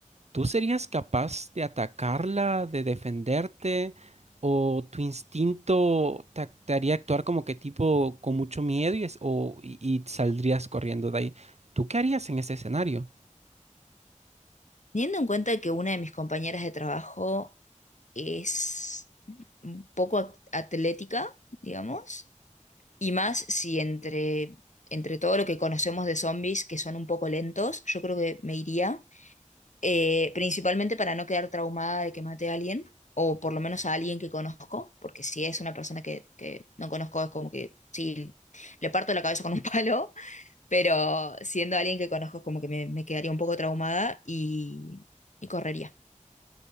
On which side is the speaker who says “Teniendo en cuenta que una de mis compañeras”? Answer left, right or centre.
Left